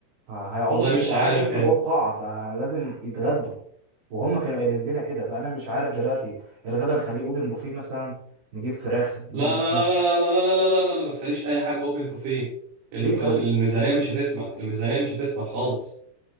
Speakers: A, on the right; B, on the right.
A: هيقعدوا
B: والله
A: ست
B: مش
A: ساعات
B: عارف
A: لسه
B: يعني
A: جوه القاعة فلازم يتغدوا وهم كانوا قايلين لنا كده فانا مش عارف دلوقتي الغدا نخليه اوبن بوفيه مثلا نجيب فراخ نجيب
B: لا
A: لحمه
B: لا لا لا لا لا لا لا لا لا لا ما تخليش اي حاجه اوبن بوفيه الميزانيه
A: ليه طيب
B: مش هتسمح الميزانيه مش هتسمح خالص